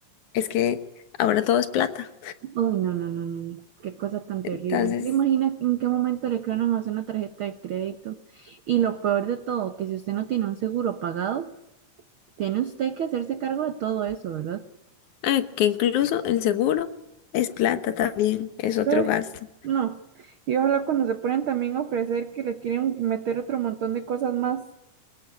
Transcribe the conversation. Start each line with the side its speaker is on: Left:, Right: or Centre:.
Left: Es que ahora todo es plata.
Right: Uy, no, no, no, no, no. Qué cosa tan
Left: Entonces,
Right: terrible. ¿Se imagina en qué momento le clonan a usted una tarjeta de crédito? Y lo peor de todo, que si usted no tiene un seguro pagado, Tiene usted que hacerse cargo de todo eso, ¿verdad?
Left: eh, que incluso el seguro es plata también, es otro
Right: Ay,
Left: gasto.
Right: no. Y ojalá cuando se ponen también a ofrecer que le quieren meter otro montón de cosas más.